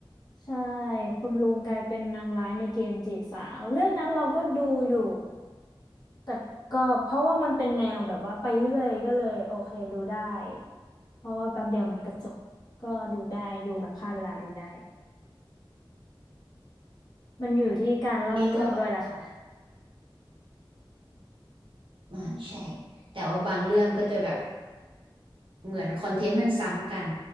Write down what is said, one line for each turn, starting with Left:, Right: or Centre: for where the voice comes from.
Left: ใช่คุณลุงกลายเป็นนางร้ายในเกมจีบสาวเรื่องนั้นเราก็ดูอยู่แต่ก็เพราะว่ามันเป็นแนวแบบว่าไปเรื่อยก็เลยโอเคดูได้เพราะว่าแป๊บเดียวมันก็จบก็ดูได้ดูแบบฆ่าเวลาดูได้มันอยู่ที่การเล่าเรื่องด้วยล่ะค่ะ
Right: นี่ก็มาใช่แต่ว่าบางเรื่องก็จะแบบ เหมือนคอนเทนต์มันซ้ำกัน